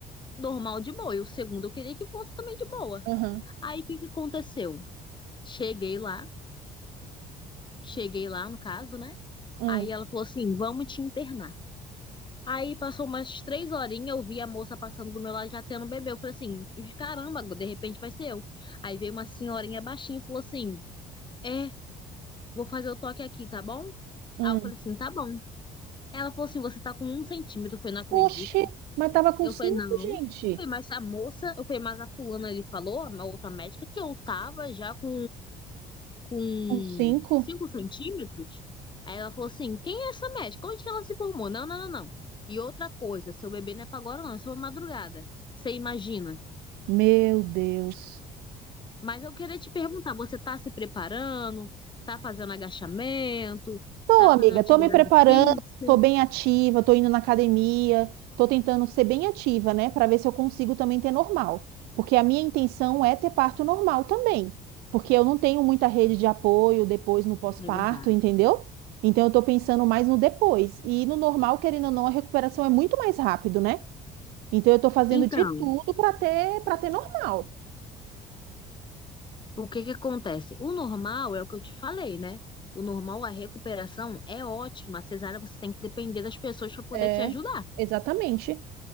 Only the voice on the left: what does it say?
normal de boa. E o segundo eu queria que fosse também de boa.
Aí o que que aconteceu? Cheguei lá, cheguei lá no caso, né?
Aí ela falou assim: vamos te internar. Aí passou umas três horinhas, eu vi a moça passando do meu lado já tendo bebê. Eu falei assim: caramba, de repente vai ser eu. Aí veio uma senhorinha baixinha e falou assim: é, vou fazer o toque aqui, tá bom?
Aí eu falei assim: tá bom. Ela falou assim: você tá com um centímetro. Eu falei: não acredito.
Eu
falei, não.
Foi mais a moça, eu falei, mas a fulana ele falou, a outra médica, que eu tava já com, com
5 centímetros. Aí ela falou assim, quem é essa médica? Onde que ela se formou? Não, não, não, não. E outra coisa, seu bebê não é pra agora não, é só madrugada. Você imagina.
Mas eu queria te perguntar, você tá se preparando? Tá fazendo agachamento?
Tá
fazendo atividade
física?
É verdade.
Então,
O que que acontece? O normal é o que eu te falei, né? O normal, a recuperação é ótima. A cesárea você tem que depender das pessoas para poder
te ajudar.